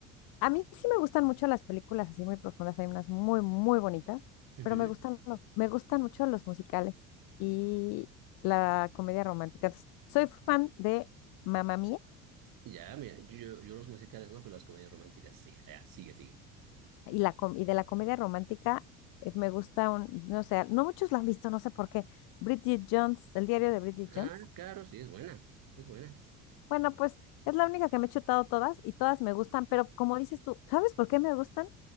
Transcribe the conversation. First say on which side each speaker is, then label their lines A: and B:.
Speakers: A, on the left (about 55°); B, on the right (about 50°).
A: A mí sí me gustan mucho las películas así muy profundas, hay unas muy, muy bonitas,
B: Ujú.
A: pero me gustan, los- me gustan mucho los musicales y la comedia romántica. Entonces, soy fan de Mamá Mía
B: Ya, mira, yo, yo los musicales no, pero las comedias románticas sí. Ya, sigue, sigue.
A: Y, la, com- y de la comedia romántica eh, me gusta un, no sé, no muchos la han visto, no sé por qué. Bridget Jones, el diario de Bridget
B: Ah,
A: Jones.
B: claro, sí, es buena. Es buena.
A: Bueno, pues es la única que me he chutado todas y todas me gustan, pero como dices tú, ¿sabes por qué me gustan?